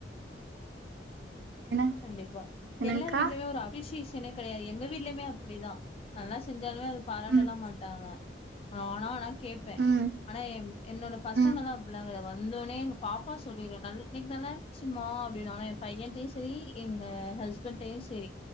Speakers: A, on the right (about 65°); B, on the left (about 30°).
A: என்ன
B: கண்டிப்பா
A: என்னங்க்கா
B: எல்லாரு வீட்டுலையிம் ஒரு அபிசேஷம் <unintelligible> ே <unintelligible> கிடையாது எங்க வீட்டுலயுமே அப்படிதான் நல்லா செஞ்ச இருந்தாலுமே அதது பாராட்டலாம்
A: ம்
B: மாட்டாங்க ஆன ஆன ஆன <inaudible> கேட்பேன்
A: ம்
B: ஆனா என் என்னோட பசங்கல்லாம்
A: ம்
B: அப்பிள்ளாங்க <inaudible> வந்தோனே எங்க பாப்பா சொல்லிடும் இன்ன்னைக்கு நல்லாந்துச்சுமா அப்படின்னுனா என் பையன் <inaudible> சரி எங்க ஹஸ்பண்டையும் சரி